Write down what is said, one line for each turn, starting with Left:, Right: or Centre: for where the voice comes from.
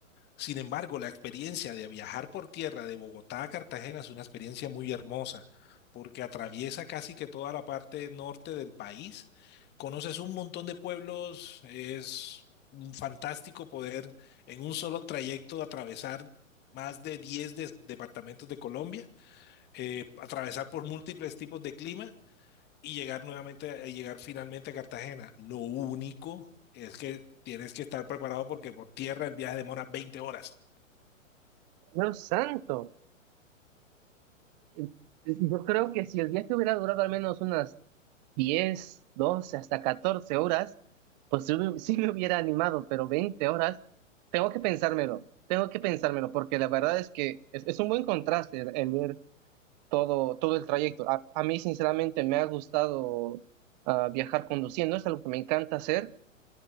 Left: Sin embargo, la experiencia de viajar por tierra de Bogotá a Cartagena es una experiencia muy hermosa, porque atraviesa casi que toda la parte norte del país. Conoces un montón de pueblos, es un fantástico poder en un solo trayecto atravesar más de 10 des- departamentos de Colombia, eh, atravesar por múltiples tipos de clima y llegar nuevamente, a llegar finalmente a Cartagena. Lo único es que tienes que estar preparado porque por tierra el viaje demora 20 horas.
Right: Dios santo. eh, Yo creo que si el viaje hubiera durado al menos unas 10, 12, hasta 14 horas, pues sí me sí hubiera animado, pero 20 horas, tengo que pensármelo, tengo que pensármelo, porque la verdad es que es, es un buen contraste el, el ver todo, todo el trayecto. A, a mí, sinceramente, me ha gustado ah, viajar conduciendo, es algo que me encanta hacer,